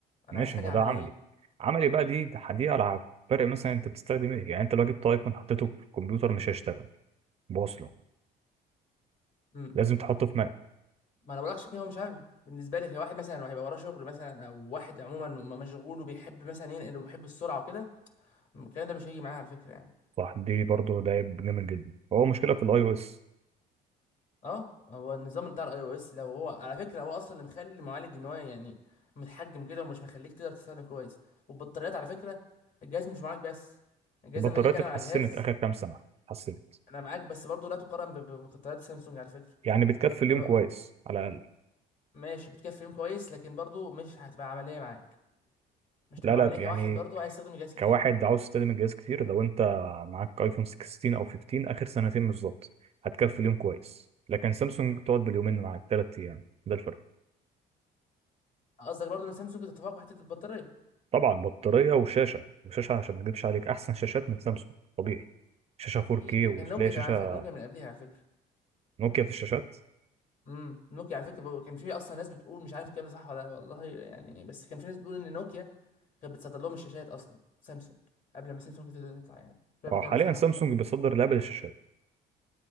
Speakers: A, on the left; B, on the right.
A: انا
B: ماشي
A: عايز حاجه
B: ما ده
A: عمليه
B: عملي عملي بقى دي ده دي ألعاب فرق مثلا أنت بتستخدم إيه يعني أنت لو جبت أيفون حطيته في الكمبيوتر مش هيشتغل بوصله
A: امم
B: لازم تحطه في
A: ما انا بقولكش كده هو مش عملي بالنسبه لي كواحد مثلا هيبقى وراه شغل مثلا او واحد عموما م- مشغول وبيحب مثلا ينقل وبيحب السرعه وكده الكلام ده مش هيجي معايا على فكره يعني
B: صح دي برضو ده عيب جامد جدا هو مشكله في الاي او اس
A: اه هو النظام بتاع الاي او اس لو هو على فكره هو اصلا اللي مخلي المعالج ان هو يعني متحجم كده ومش مخليك تقدر تستخدم كويس والبطاريات على فكره الجهاز مش معاك بس الجهاز
B: البطاريات
A: لما اجي اتكلم
B: اتحسنت
A: على جهاز
B: اخر كام سنه اتحسنت
A: انا معاك بس برضه لا تقارن ب- ب- ببطاريات سامسونج على فكره
B: يعني بتكفي اليوم
A: انا بقى
B: كويس على الاقل
A: ماشي بتكفي يوم كويس لكن برضه مش هتبقى عمليه معاك مش تبقى
B: لا لا
A: عمليه
B: يعني
A: كواحد برضه عايز يستخدم الجهاز كتير
B: كواحد عاوز تستخدم الجهاز كتير لو انت معاك ايفون 16 او 15 اخر سنتين بالظبط هتكفي اليوم كويس لكن سامسونج ممكن تقعد باليومين معاك ثلاث ايام ده الفرق
A: قصدك برضه ان سامسونج تتفوق في حته البطاريه
B: طبعا بطاريه وشاشه وشاشه عشان ما اكذبش عليك احسن شاشات من سامسونج طبيعي شاشه 4K
A: اكيد وكان
B: وتلاقي
A: نوكيا كمان
B: شاشه
A: على فكره نوكيا من قبلها على فكره
B: نوكيا في الشاشات
A: امم نوكيا على فكره كان في اصلا ناس بتقول مش عارف الكلام ده صح ولا لا والله يعني بس كان في ناس بتقول ان نوكيا كانت بتصدر لهم الشاشات اصلا سامسونج قبل ما سامسونج تبدا تطلع يعني مش فاهم
B: اه
A: الكلام
B: حاليا
A: ده صح
B: سامسونج
A: ولا لا
B: بيصدر لابل الشاشات